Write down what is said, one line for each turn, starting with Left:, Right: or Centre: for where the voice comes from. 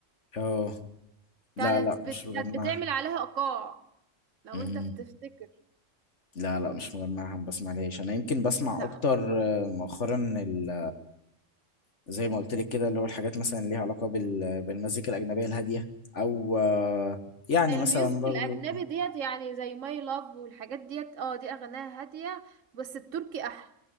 Left: اه
Right: كانت
Left: لا لا
Right: بت...
Left: مش مجمعها
Right: كانت بتعمل عليها ايقاع لو
Left: مم.
Right: انت بتفتكر
Left: لا لا مش مجمعها ما بسمع لهاش انا يمكن بسمع
Right: لا
Left: اكتر آه، مؤخرا ال- زي ما قلت لك كده اللي هو الحاجات مثلا ليها علاقة بال- بالمزيكا الأجنبية الهادية او آه، يعني
Right: الميوزك
Left: مثلا برضو
Right: الاجنبي ديت يعني زي ماي لاف والحاجات ديت اه دي اغانيها هاديه بس التركي احلى